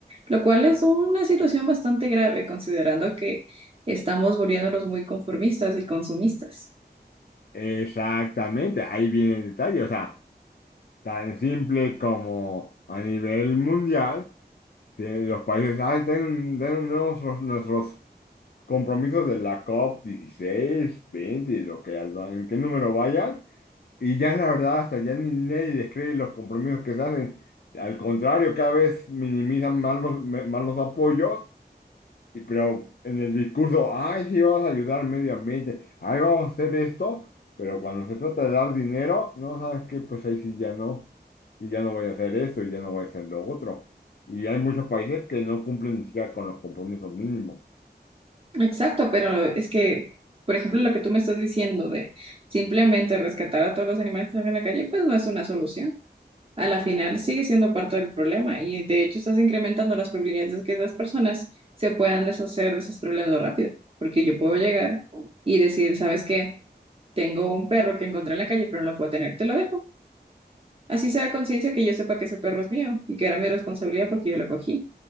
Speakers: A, on the right; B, on the left.
A: lo cual es una situación bastante grave considerando que estamos volviéndonos muy conformistas y consumistas.
B: Exactamente, ahí viene el detalle. O sea, tan simple como a nivel mundial. Tienen- los países, ah, tienen, tienen nuestros, nuestros compromisos de la COP 16 20 lo que, en qué número vayan. Y ya la verdad, hasta ya ni nadie les cree los compromisos que se hacen. Al contrario, cada vez minimizan más los, me- más los apoyos y Pero en el discurso, ay, sí, vamos a ayudar al medio ambiente, ay, vamos a hacer esto, pero cuando se trata de dar dinero, no sabes qué, pues ahí sí ya no, y ya no voy a hacer esto, y ya no voy a hacer lo otro. Y hay muchos países que no cumplen ni siquiera con los compromisos mínimos.
A: Exacto, pero es que, por ejemplo, lo que tú me estás diciendo de simplemente rescatar a todos los animales que están en la calle, pues no es una solución. A la final sigue siendo parte del problema y de hecho estás incrementando las probabilidades de que las personas se puedan deshacer de esos problemas rápido, porque yo puedo llegar y decir, ¿sabes qué? Tengo un perro que encontré en la calle, pero no lo puedo tener, te lo dejo. Así sea conciencia que yo sepa que ese perro es mío y que era mi responsabilidad porque yo lo cogí.